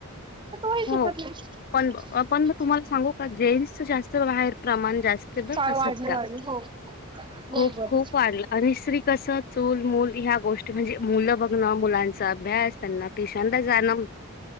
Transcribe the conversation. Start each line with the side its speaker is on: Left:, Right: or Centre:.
Right: तर तोही
Left: हो
Right: चुकत नाही.
Left: पण अ, पण मग तुम्हाला सांगू का जेंन्स जास्त बाहेर प्रमाण जास्त बघ
Right: चाळ
Left: सध्या
Right: वाढली वाढली हो बरोबर
Left: खूप खूप वाढलं स्ञी कस चूल मूल ह्या गोष्टी म्हणजे मुलं बघणं मुलांचा अभ्यास त्यांना ट्युशनला जाणं.